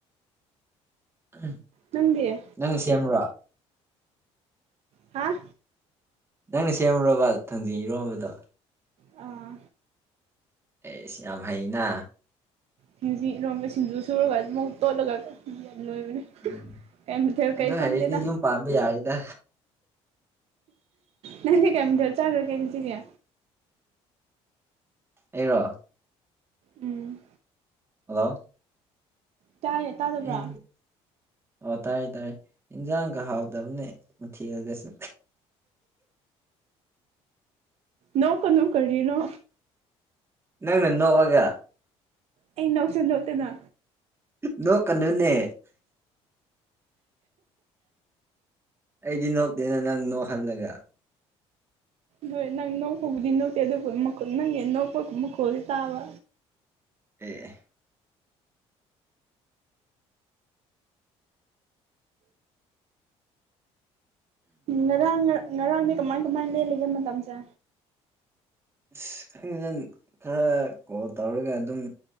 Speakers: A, on the right (about 20°); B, on the right (about 60°).
A: ꯎꯝ
B: ꯅꯪꯗꯤꯌꯦ
A: ꯅꯪ ꯁꯦꯝꯕ꯭ꯔꯣ
B: ꯍꯥ
A: ꯅꯪꯅ ꯁꯦꯝꯃꯨꯔꯕ ꯊꯥꯡꯖꯤꯡ ꯏꯔꯣꯝꯕꯗ
B: ꯑꯥ
A: ꯑꯩꯁ ꯌꯥꯝ ꯍꯩꯅ
B: ꯁꯤꯡꯁꯤ ꯏꯔꯣꯟꯝꯕ ꯁꯤꯡꯖꯨ ꯁꯨꯔꯒ ꯑꯗꯨꯝ ꯇꯣꯠꯂꯒ ꯌꯥꯝ ꯂꯣꯏꯕꯅꯦ
A: ꯎꯝ
B: ꯀꯩ ꯃꯊꯦꯜ
A: ꯑꯗꯨ
B: ꯀꯩ
A: ꯍꯥꯏꯔꯗꯤ
B: ꯆꯪꯗꯦꯗ
A: ꯌꯨꯝ ꯄꯥꯝꯕ ꯌꯥꯔꯤꯗ
B: ꯅꯪꯅꯦ ꯀꯩꯝꯊꯦꯜ ꯆꯥꯈ꯭ꯔꯒꯩꯁꯤꯒꯦ
A: ꯑꯩꯔꯣ
B: ꯎꯝ
A: ꯍꯜꯂꯣ
B: ꯇꯥꯏꯌꯦ ꯇꯥꯗꯕ꯭ꯔꯥ
A: ꯑꯩꯗꯤ ꯑꯣ ꯇꯥꯔꯦ ꯇꯥꯔꯦ ꯏꯟꯖꯥꯡꯒ ꯍꯥꯎꯗꯕꯅꯦ ꯃ ꯊꯤꯔꯒꯁꯨ
B: ꯅꯣꯛ ꯀꯩꯅꯨ ꯀꯔꯤꯅꯣ
A: ꯅꯪꯅ ꯅꯣꯛꯑꯒ
B: ꯑꯩ ꯅꯣꯛꯁꯤ ꯅꯣꯛꯇꯅ
A: ꯅꯣꯛ ꯀꯟꯅꯣꯅꯦ ꯑꯩꯗꯤ ꯅꯣꯛꯇꯦꯅ ꯅꯪ ꯅꯣꯛꯍꯜꯂꯒ
B: ꯍꯣꯏ ꯅꯪ ꯅꯣꯛꯄꯕꯨꯗꯤ ꯅꯣꯛꯇꯦ ꯑꯗꯨꯕꯨ ꯅꯪꯒꯤ ꯅꯣꯛꯄꯒ ꯃꯈꯣꯜꯁ ꯇꯥꯕ
A: ꯑꯦ
B: ꯉꯔꯥꯡ ꯉꯔꯥꯡꯗꯤ ꯀꯃꯥꯏ ꯀꯃꯥꯏꯅ ꯂꯦꯜꯂꯤꯒꯦ ꯃꯇꯝꯁꯦ
A: ꯑꯁ ꯈꯪꯖꯟ ꯈꯔ ꯀꯣꯜ ꯇꯧꯔꯒ ꯑꯗꯨꯝ